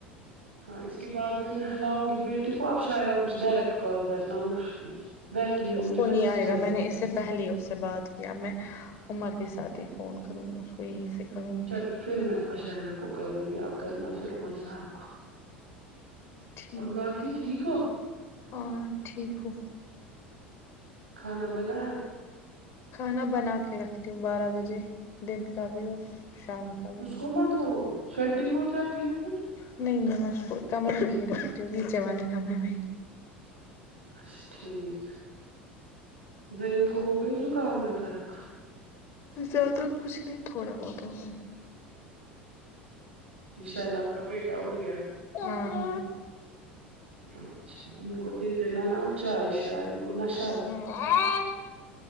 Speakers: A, on the right (about 85°); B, on the left (about 45°).
A: ہاں اس کے بعد میں نہلاؤں گی بیٹی کو اب شاعرا کچھ ڈائریکٹ کال کرنا وہ <unintelligible> بیٹھی ہے وہ
B: اس
A: مجھے
B: کو نہیں
A: میسج
B: آئے
A: کر
B: گا میں نے اس سے پہل اس سے بات کیا میں عمر کے ساتھ ہی فون کروں گی اس کو یہی سے کروں گی
A: چل پھر میں عشاعرہ کو کروں گی اب کرنا پھر عمر صاحب کو
B: ٹھیک
A: اور باقی
B: ہے
A: ٹھیک ہو
B: ہاں ٹھیک ہو
A: کھانا بنایا <unintelligible>
B: کھانا بنا کے رکھتی ہوں بارہ بجے دن کا بھی اور شام کا بھی
A: اسکومت وہ سویٹنگ ہو جاتی ہے پھر
B: نہیں نہیں میں اس کو کمرے میں رکھتی ہوں نیچے والے کمرے میں
A: اچھا ٹھیک زم کہو گئی زکام میںہ فرق
B: زیادہ کچھ نہیں تھوڑا بہت ہو گیا
A: شاید آپ کا بیٹا اڑ گیا
B: ہاں
A: اچھا ان کو دے دینا نا آب چائے شائے ان کو نش
B: ہ